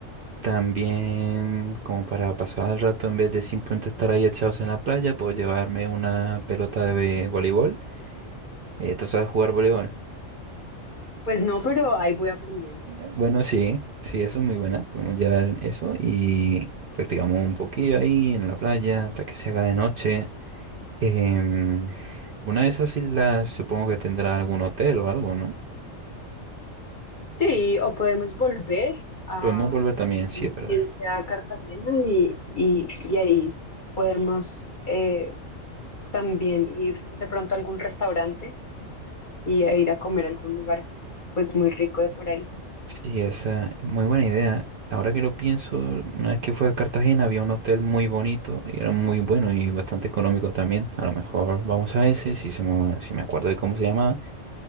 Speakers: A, on the right; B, on the left.
A: También, como para pasar el rato, en vez de simplemente estar ahí echados en la playa, puedo llevarme una pelota de voleibol. Eh, ¿tú sabes jugar voleibol?
B: Pues no, pero ahí voy aprendiendo.
A: Bueno, sí, sí, eso es muy buena. Podemos llevar eso y practicamos un poquillo ahí en la playa hasta que se haga de noche. Em, una de esas islas supongo que tendrá algún hotel o algo, ¿no?
B: Sí, o podemos volver a,
A: Podemos volver también, sí,
B: bien
A: es verdad.
B: sea a Cartagena y, y- y ahí podemos eh, también ir de pronto a algún restaurante y a ir a comer a algún lugar pues muy rico de por ahí.
A: Sí, esa es muy buena idea. Ahora que lo pienso, una vez que fue a Cartagena había un hotel muy bonito y era muy bueno y bastante económico también. A lo mejor vamos a ese, si, se me, si me acuerdo de cómo se llamaba.